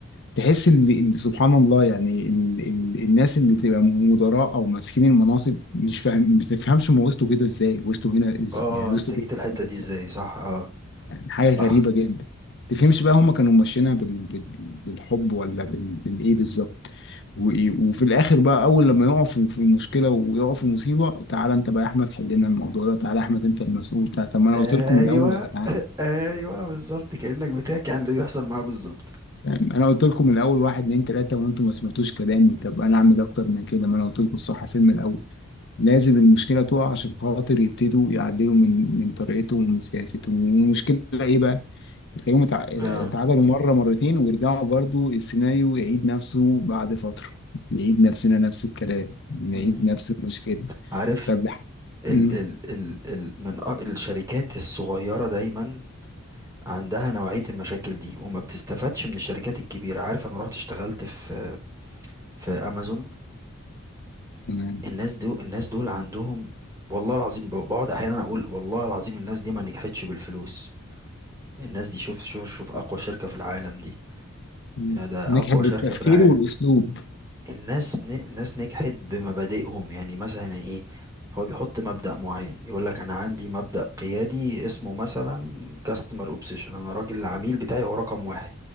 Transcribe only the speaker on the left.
تحس ان إن سبحان الله يعني ال... ال... الناس اللي بتبقى مدراء او ماسكين المناصب مش فاهم ما بتفهمش هم وصلوا كده ازاي وصلوا هنا إز...
يعني وصلوا
كده
ازاي
يعني حاجه
غريبه جدا ما تفهمش بقى هم كانوا ماشيينها بال... بال... بالحب ولا بال... بالايه بالظبط وإيه وفي الاخر بقى اول لما يقعوا في في مشكله ويقعوا في مصيبه تعالى انت بقى يا احمد حل لنا الموضوع ده تعالى يا احمد انت المسؤول تعالى طب ما انا
قلت لكم من الاول يا جدعان
يعني انا قلت لكم من الاول واحد اتنين تلاته وانتم ما سمعتوش كلامي طب انا اعمل اكتر من كده ما انا قلت لكم الصح فين من الاول لازم المشكله تقع عشان خاطر يبتدوا يعدلوا من من طريقتهم ومن سياستهم والمشكله ايه بقى بتلاقيهم اتع-
اتعادلوا مره مرتين ويرجعوا برضو السيناريو يعيد نفسه بعد فتره نعيد نفسنا نفس الكلام نعيد
نفس المشكله
طب لح
امم
تمام
مم.
نجحت
بالتفكير
والاسلوب